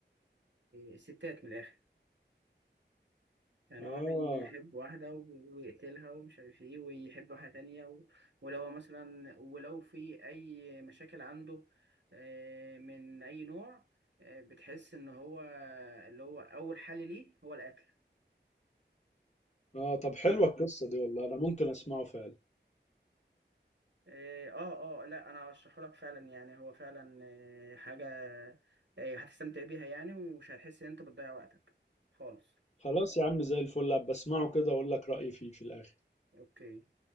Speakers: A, on the right (about 75°); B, on the left (about 35°).
A: لستات من الاخر يعني
B: آه
A: هو بيحب واحدة و- ويقتلها ومش عارف ايه ويحب واحدة تانية و... ولو هو مثلا ولو في اي مشاكل عنده آه، من اي نوع آه، بتحس ان هو اللي هو اول حل ليه هو القتل
B: آه طب حلوة القصة دي والله أنا ممكن أسمعه فعلا
A: إيه، اه اه لا انا ارشحه لك فعلا يعني هو فعلا آه، حاجه آه، هتستمتع بيها يعني ومش هتحس ان انت بتضيع وقتك خالص
B: خلاص يا عم زي الفل بسمعه كده أقول لك رأيي فيه في الآخر
A: اوكي